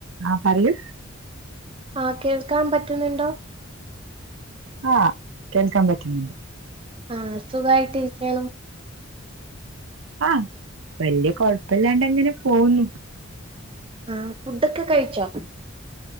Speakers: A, on the right (about 70°); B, on the right (about 25°).
A: ആഹ് പറയൂ
B: ആഹ് കേൾക്കാൻ പറ്റുന്നുണ്ടോ
A: ആഹ് കേൾക്കാൻ പറ്റ്ന്ന്ണ്ട്
B: ആഹ് സുഖായിട്ടിരിക്കാണോ
A: ആഹ് വല്ല്യേ കൊഴപ്പല്ലാണ്ടങ്ങനെ പോവുന്നു
B: ആഹ് ഫുഡൊക്കെ കയിച്ചോ